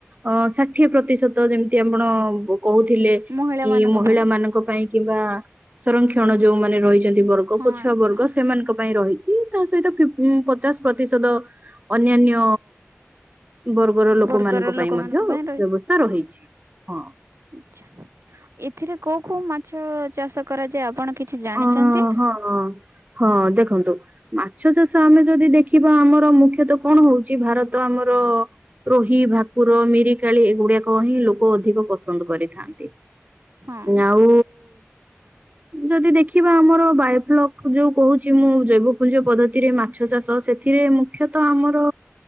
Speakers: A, on the right; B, on the right.
A: ଅଁ ଷାଠିଏ ପ୍ରତିଶତ ଯେମିତି ଆପଣ ବ କହୁଥିଲେ
B: ମହିଳା
A: କି
B: ମାନଙ୍କ
A: ମହିଳାମାନଙ୍କ
B: ପାଇଁ
A: ପାଇଁ କିମ୍ବା ସଂରକ୍ଷଣ ଯୋଉମାନେ ରହିଛନ୍ତି ବର୍ଗ
B: ହଁ
A: ପଛୁଆ ବର୍ଗ
B: ହଁ
A: ସେମାନଙ୍କ ପାଇଁ ରହିଛି। ତା ସହିତ ଫିଫ୍ ଉଁ ପଚାଶ ପ୍ରତିଶତ ଅନ୍ୟାନ୍ୟ ବର୍ଗର ଲୋକମାନଙ୍କ
B: ବର୍ଗର
A: ପାଇଁ
B: ଲୋକମାନଙ୍କ
A: ମଧ୍ୟ
B: ପାଇଁ
A: ବ୍ୟବସ୍ଥା ରହିଛି ହଁ।
B: ଆଚ୍ଛା ଏଥିରେ କୋଉ କୋଉ ମାଛ ଚାଷ କରାଯାଏ ଆପଣ କିଛି ଜାଣିଛନ୍ତି?
A: ଅ ହଁ ହଁ ଦେଖନ୍ତୁ ମାଛ ଚାଷ ଆମେ ଯଦି ଦେଖିବା ଆମର ମୁଖ୍ୟତଃ କଣ ହଉଛି ଭାରତ ଆମର ରୋହି, ଭାକୁର, ମିରିକାଳି ଏଗୁଡାକ ହିଁ ଲୋକ ଅଧିକ ପସନ୍ଦ କରିଥାନ୍ତି।
B: ହଁ
A: ଆଉ ଯଦି ଦେଖିବା ଆମର ବାୟୋଫ୍ଲକ୍ ଯୋଉ କହୁଛି ମୁଁ ଜୈବପୁଞ୍ଜ ପଦ୍ଧତିରେ ମାଛ ଚାଷ ସେଥିରେ ମୁ ଖ୍ୟତଃ ଆମର